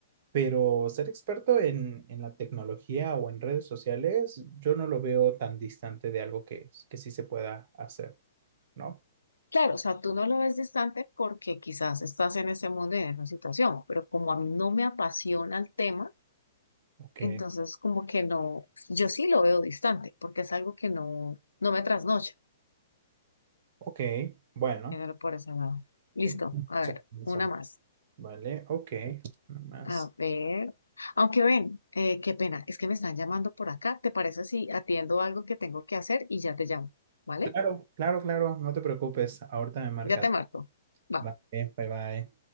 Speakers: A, on the right; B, on the left.
A: Pero ser experto en, en la tecnología o en redes sociales, yo no lo veo tan distante de algo que, que sí se pueda hacer, ¿no?
B: Claro, o sea, tú no lo ves distante porque quizás estás en ese mundo y en esa situación, pero como a mí no me apasiona el tema,
A: Ok,
B: Entonces, como que no, yo sí lo veo distante, porque es algo que no, no me trasnocha,
A: ok, bueno.
B: tenerlo por ese lado. Listo,
A: eh,
B: a
A: eso,
B: ver,
A: eso,
B: una más.
A: Vale, ok, nada más.
B: A ver, aunque ven, eh, qué pena, es que me están llamando por acá. ¿Te parece si atiendo algo que tengo que hacer y ya te llamo? ¿Vale?
A: Claro, claro, claro, no te preocupes, ahorita me marcas.
B: Ya te marco. Va.
A: Vale, bye bye.